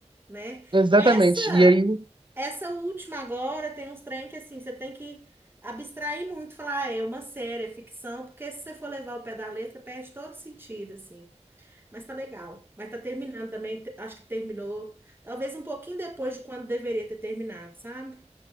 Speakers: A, on the right (about 20°); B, on the right (about 45°).
A: né?
B: Exatamente.
A: Essa,
B: E aí.
A: essa última agora tem uns trem que assim, você tem que abstrair muito, falar, ah, é uma série, é ficção, porque se você for levar o pé da letra, perde todo sentido, assim. Mas tá legal. Mas tá terminando também. te- Acho que terminou. Talvez um pouquinho depois de quando deveria ter terminado, sabe?